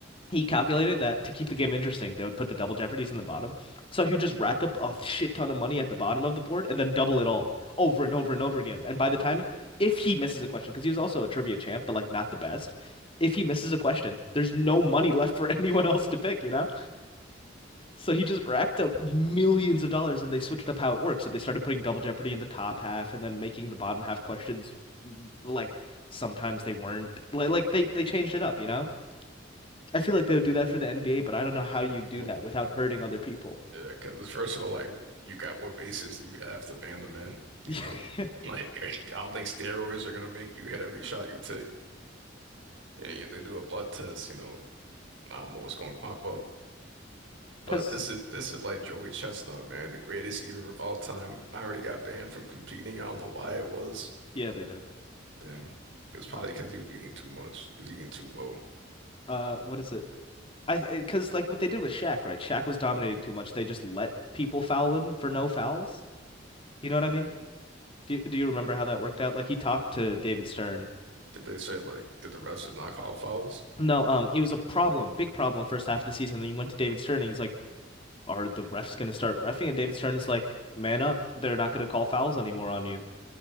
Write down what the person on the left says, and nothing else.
He calculated that to keep the game interesting, they would put the Double Jeopardies in the bottom. So he would just rack up a shit ton of money at the bottom of the board and then double it all over and over and over again. And by the time, if he misses a question, because he was also a trivia champ, but like not the best, if he misses a question, there's no money left for <laughs> anyone else to pick, you know? So he just racked up millions of dollars and they switched up how it works. So they started putting Double Jeopardy in the top half and then making the bottom half questions like sometimes they weren't like like they they changed it up, you know? I feel like they would do that for the NBA, but I don't know how you do
that without hurting other people.
<laughs>
Because
yeah, they did.
Um,
uh, what is it? I because like what they did with Shaq, right? Shaq was dominating too much. They just let people foul him for no fouls. You know what I mean? Do do you remember how that worked out? Like he talked to David Stern
No, um, it was a problem, big problem first half of the season. And he went to David Stern and he's like, Are the refs gonna start refing? And David Stern is like, Man up, they're not gonna call fouls anymore on you.